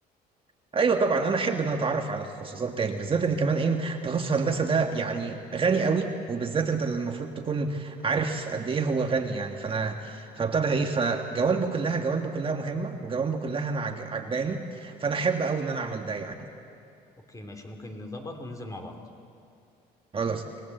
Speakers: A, on the right; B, on the left.
A: ايوه طبعا انا احب ان انا اتعرف على تخصصات تاني بالذات ان كمان ايه تخصص هندسه ده يعني غني قوي وبالذات انت المفروض تكون عارف قد ايه هو غني يعني فانا فابتدى ايه فجوانبه كلها جوانبه كلها مهمه وجوانبه كلها انا عج- عجباني فانا احب قوي ان انا اعمل ده يعني
B: اوكي ماشي ممكن نظبط وننزل مع بعض
A: خلاص